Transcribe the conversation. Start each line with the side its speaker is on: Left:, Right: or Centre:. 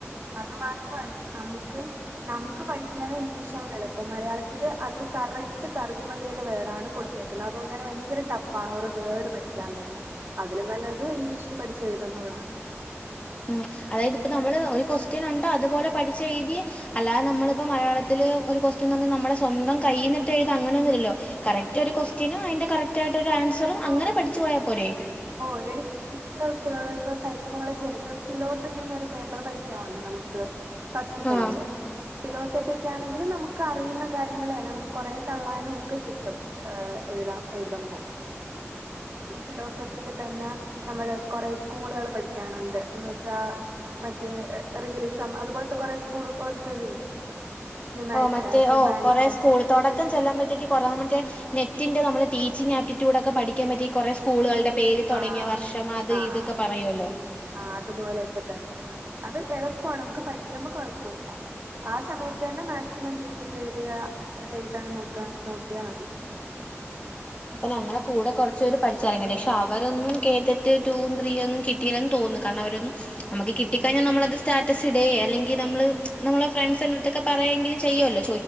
Right: അത് മാത്രല്ല നമക്ക് നമുക്ക് പഠിക്കാനും ഇംഗ്ലീഷാണ് എളുപ്പം മലയാളത്തില് അവര് കറക്റ്റ് തർജ്ജമം ചെയ്ത വേടാന് കൊടു ുന്നത് അതുകൊണ്ട് തന്നെ ഭയങ് ടഫ് ആണ് ഓരോ വേഡ് പഠിക്കാൻ തന്നെ അതില് നല്ലത് ഇംഗ്ലീഷിൽ പഠിച്ച് എഴുതുന്ന താണ്
Left: ഉ അതായത് ഇപ്പോ നമ്മള് ഒരു ഉം ഉം അതായത് ഒരു ക്വസ്റ്റ്യൻ ഉണ്ട് അതുപോലെ പഠിച്ച എഴുതി അല്ലാതെ നമ്മളിപ്പോ മലയാളത്തിൽ <unintelligible> ഒരു ക്വസ്റ്റൻ തന്ന് നമ്മളെ സ്വന്തം കയിന്നട് അങ്ങനൊന്നുമല്ലോ കറക്റ്റ് ഒരു ക്വസ്റ്റനും അതിന്റെ കറക് ആയിട്ട് ആൻസറും അങ്ങനെ
Right: ഓ
Left: പഠിച്ചു പോയാ പോരെ
Right: ഓ എ മിക്ക ഇപ്പൊ <unintelligible> സൈക്കോളജിയല്ല ഇപ്പൊ ഫിലോസഫിന്ന് ഒരു പേപ്പർ പഠിക്കാവുണ്ട് നമുക്ക് <unintelligible> ക്ക് ഫസ്റ്റ്
Left: ആഹ്
Right: സെമ്മി ല് ഫിലോസഫി ആണെങ്കിൽ നമുക്ക് അറിയുന്ന കാര്യങ്ങളന്നെ നമുക്ക് കൊറേ തള്ളാനും ഒക്കെ കിട്ടും എഴുതുതാ എഴുതുമ്പോ ഈത് ലോസ് സഫിൽ തന്നെ നമ്മള് കൊറെ സ്കൂളുകള് പഠിക്കാനുണ്ട് എന്ന് വെച്ചാ മറ്റേ റിയലിസം അതുപോലത്തെ കൊറെ സ്കൂള് പോലത്തെതില്ലേ? ഹ്യൂമാ
Left: ഓ മറ്റേ
Right: ഹ്യൂമാനിസം
Left: ഓ കൊറെേ സ്കൂൾ തുടക്കം ചെല്ലാൻ്പോറ്റത്തേക്ക് കൊറ മറ്റേ നെറ്റിന്റെ നമ്മൾ ടീച്ചിങ് ആപ്റ്റ്യൂഡൊക്കെ പഠിക്കാൻ പറ്റിയ കുറെ സ്കൂളുകളുടെ പേര് തുടങ്ങിയ
Right: ആഹ്
Left: വർഷം അത്
Right: ആഹ്
Left: ഇതൊക്കെ പറയുല്ലോ
Right: ആഹ് അതുപോലെയൊക്കെ തന്നെയാണ് അത് എളുപ്പമാണ് നമുക്ക് പഠിക്കുമ്പോ കുഴപ്പില്ല ആ സമയത്ത് തന്നെ മാക്സിമം കേട്ടിട്ട് എഴുതുക എഴുതാൻ നോക്കാം നോക്കിയാ മതി <inaudible>
Left: അപ്പൊ ഞങ്ങളെ കൂടെ കുറച്ച് പേര് പഠിച്ചിറ ങ്ങിടെ <unintelligible> പക്ഷെ അവരൊന്നും കേട്ടറ്റ് ടൂ ത്രീ ഒന്നും കിട്ടയില്ലന്ന് തോന്ന <unintelligible> നമുക്ക്‌ കിട്ടി കഴിഞ്ഞാ നമ്മളത് സ്റ്റാറ്റസിടെ അല്ലെങ്കി നമ്മള് നമ്മളെ <unintelligible> പറയെങ്കിലും ചെയ്യോല്